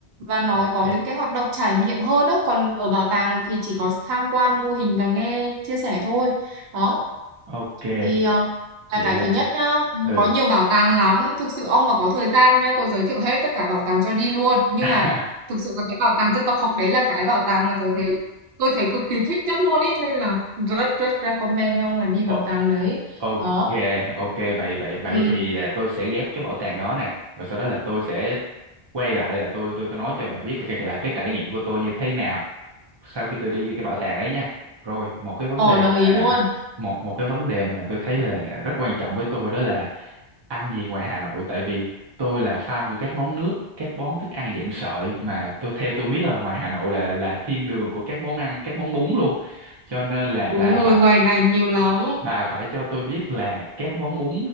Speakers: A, on the right (about 70°); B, on the right (about 45°).
A: và nó
B: Ok.
A: có những cái hoạt động trải nghiệm hơn á còn ở bảo tàng thì chỉ có tham quan mô hình và nghe chia sẻ thôi đó
B: Ok,
A: thì ờ, là
B: vậy
A: cái
B: là
A: thứ nhất nhá
B: ừ.
A: có nhiều bảo tàng lắm thực sự ông mà có thời gian nhá tôi giới thiệu hết tất cả bảo tàng cho đi luôn nhưng
B: <laughs>
A: mà thực sự là cái bảo tàng dân tộc học đấy là cái bảo tàng mà tôi thấy tôi thấy cực kỳ thích nhất luôn ý nên là rất rất recommend ông là đi
B: Ờ,
A: bảo tàng đấy
B: Ok,
A: đó
B: ok vậy vậy vậy
A: Ừ,
B: thì là tôi sẽ ghép cái bảo tàng đó này, rồi sau đó là tôi sẽ quay lại là tôi tôi tôi nói cho bà biết là cái là cái trải nghiệm của tôi như thế nào sau khi tôi đi cái bảo tàng đấy nha. Rồi, một cái vấn
A: ờ
B: đề
A: đồng
B: mà
A: ý luôn.
B: một một cái vấn đề mà tôi thấy là rất quan trọng với tôi đó là ăn gì ngoài Hà Nội tại vì tôi là fan của các món nước, các món thức ăn dạng sợi mà tôi theo tôi biết là ngoài Hà Nội là là, là thiên đường của các món ăn, các món bún luôn. Cho nên là
A: Đúng
B: bà
A: rồi,
B: phải
A: ngoài này nhiều lắm.
B: bà phải cho tôi biết là các món bún